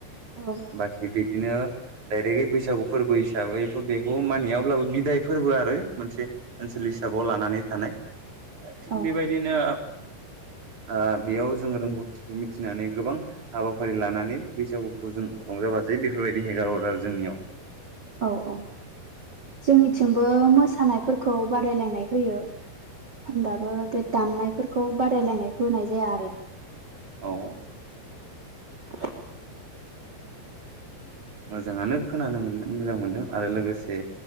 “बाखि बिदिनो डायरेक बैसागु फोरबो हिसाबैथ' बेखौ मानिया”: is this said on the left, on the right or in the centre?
Right